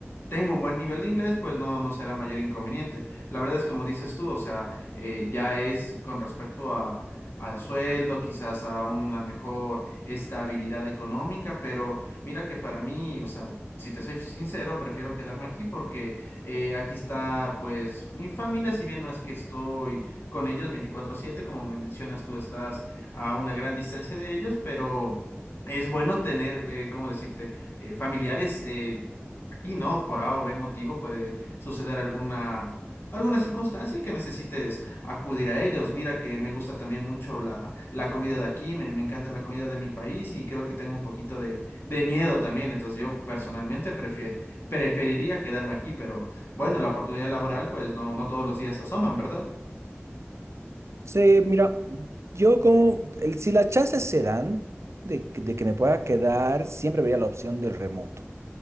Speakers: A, on the left (about 55°); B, on the right (about 80°).
A: tengo un buen nivel de inglés, pues no, no será mayor inconveniente. La verdad es como dices tú, o sea, eh, ya es con respecto a, al sueldo, quizás a una mejor estabilidad económica, pero mira que para mí, o sea, si te soy sincero, prefiero quedarme aquí porque eh, aquí está pues mi familia, si bien no es que estoy con ellos veinticuatro siete como me mencionas tú, estás a una gran distancia de ellos, pero es bueno tener, eh, ¿cómo decirte?, eh, familiares. eh, Aquí no, por A o B motivo puede suceder alguna alguna circunstancia que necesites acudir a ellos. Mira que me gusta también mucho la, la comida de aquí, me, me encanta la comida de mi país y creo que tengo un poquito de, de miedo también. Entonces yo personalmente prefie- preferiría quedarme aquí, pero bueno, la oportunidad laboral pues no, no todos los días asoman, ¿verdad?
B: Sí, mira, yo como, el- si las chances se dan de, que de que me pueda quedar, siempre vería la opción del remoto.